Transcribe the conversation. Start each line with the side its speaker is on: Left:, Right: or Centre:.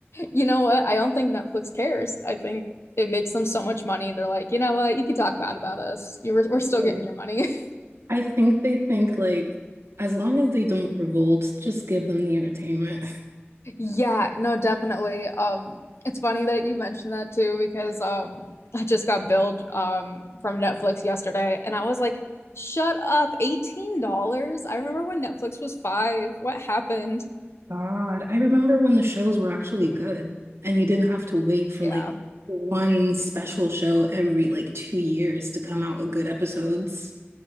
Left: You know what? I don't think Netflix cares. I think it makes them so much money. They're like, you know what? You can talk bad about us. You were, we're still
Right: Mm.
Left: getting your money. <laughs>
Right: I think they think like, as long as they don't revolt, just give them the entertainment.
Left: Yeah, no, definitely. Um, it's funny that you mentioned that too because um, I just got billed um from Netflix yesterday, and I was like, shut up, $18? I remember when Netflix was five. What happened?
Right: <laughs> God, I remember when the shows were actually good and you didn't have to wait for
Left: Yeah.
Right: like one special show every like two years to come out with good episodes.